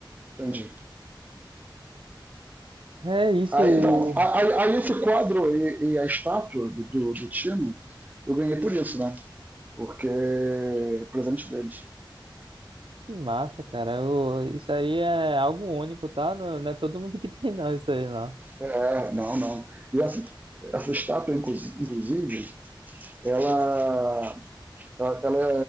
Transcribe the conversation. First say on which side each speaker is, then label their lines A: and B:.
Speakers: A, on the right (about 20°); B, on the right (about 85°).
A: Entendi.
B: É isso.
A: Aí, então, aí, aí esse quadro e, e a estátua do, do, do Tino, eu ganhei por isso, né? Porque é presente deles.
B: Que massa, cara. Eu- isso aí é algo único, tá? Não, não é todo mundo que <laughs> tem, não, isso aí, não.
A: É, não, não. E essa, essa estátua, inclusi- inclusive, ela, ela, ela